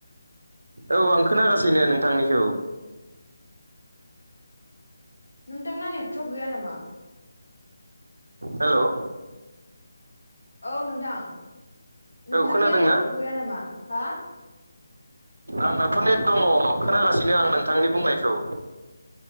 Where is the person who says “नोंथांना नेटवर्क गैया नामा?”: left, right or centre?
Left